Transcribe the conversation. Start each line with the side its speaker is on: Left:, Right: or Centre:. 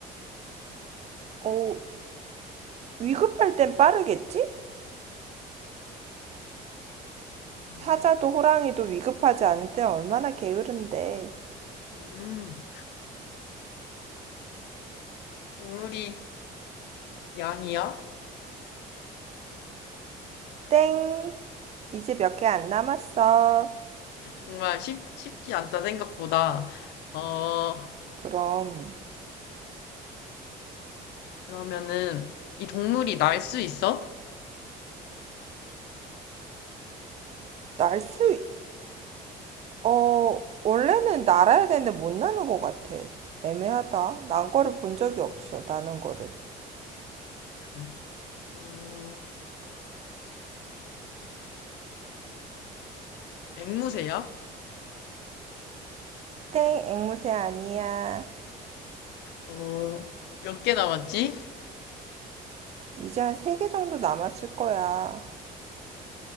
Right: 어, 위급할 땐 빠르겠지?
Left: 어,
Right: 사자도 호랑이도 위급하지 않을 때 얼마나 게으른데.
Left: 음, 이 동물이 양이야?
Right: 땡. 이제 몇 개 안 남았어.
Left: 정말 쉽, 쉽지 않다 생각보다. 어,
Right: 그럼,
Left: 그러면은 이 동물이 날 수 있어?
Right: 날수 어, 원래는 날아야 되는데 못 나는 것 같아. 애매하다. 난 거를 본 적이 없어, 나는 거를.
Left: 그래. 어, 앵무새야?
Right: 땡, 앵무새 아니야.
Left: 어, 몇 개 남았지?
Right: 이제 한 세 개 정도 남았을 거야.